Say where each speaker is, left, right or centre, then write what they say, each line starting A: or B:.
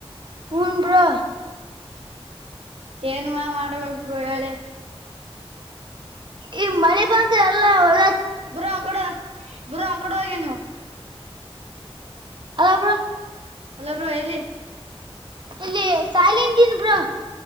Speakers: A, on the right (about 50°); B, on the right (about 80°).
A: ಹುನ್ ಬ್ರೋ.
B: ಏನ್ ಮಾ ಮಾಡ್ಬೇಕ್. ಬ್ರೋ ಹೇಳಿ.
A: ಈ ಮಳೆ ಬಂದ್ರ ಎಲ್ಲ ಒಲ
B: ಬ್ರೋ ಆಕಡೆ ಬ್ರೋ ಆಕಡೆ ಹೋಗಿ ಬ್ರೋ.
A: ಅಲ್ಲ ಬ್ರೋ.
B: ಹಲೋ ಬ್ರೋ ಎಲ್ಲಿ.
A: ಇಲ್ಲಿ ಸಾಲಿಂದಿನ್ ಬ್ರೋ.